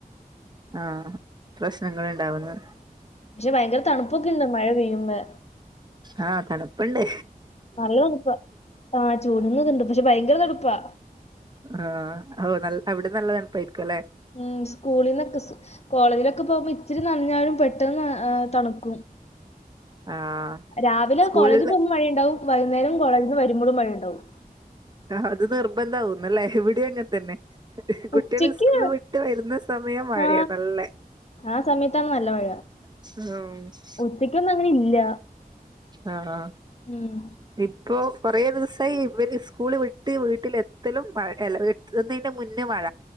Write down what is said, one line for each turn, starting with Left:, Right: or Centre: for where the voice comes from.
Right: ആഹ് പ്രശ്നള്ണ്ടാവ്ന്നെ
Left: പക്ഷെ ഭയങ്കര തണുപ്പെക്കെണ്ട് മഴ പെയ്യുമ്പേ
Right: ആഹ് തണുപ്പ്ണ്ട്
Left: നല്ല തണുപ്പാ ആഹ് ചൂട്ന്റത്ണ്ട് പക്ഷെ ഭയങ്കര തണുപ്പാ
Right: ആഹ് ഓ അവിടെ നല്ല തണുപ്പായിരിക്കുല്ലെ
Left: ഉം സ്കൂളിന്നൊക്കെ സ് കോളേജിലൊക്കെ പോകുമ്പോ ഇച്ചിരി നഞ്ഞാലും പെട്ടെന്ന് തണുക്കും
Right: ആഹ്
Left: രാവിലെ
Right: സ്കൂളില്
Left: കോളേജ് പോകുമ്പോ മഴിണ്ടാവും വൈകുന്നേരം കോളേജിന്ന് വരുമ്പഴും മഴണ്ടാവും
Right: ആഹ് അത് നിർബന്ധവുന്നല്ലേ ഇവിടീം അങ്ങൻതന്നെ കുട്ട്യാള്
Left: ഉച്ചക്ക്
Right: സ്കൂള് വിട്ട് വര്ന്ന സമയം മഴയാ
Left: ആ
Right: നല്ലെ
Left: ആ സമയത്താണ് നല്ല മഴ
Right: ആഹ്
Left: ഉച്ചക്കൊന്നും അങ്ങനെ ഇല്ല
Right: ആഹ് ഹ
Left: ഉം
Right: പി ഇപ്പൊ കൊറേ ദിവസായി ഇവര് സ്കൂള് വിട്ട് വീട്ടിലെത്തലും മഴ അല്ല വീട്ട് എത്ത്ന്നേന്റെ മുന്നേ മഴ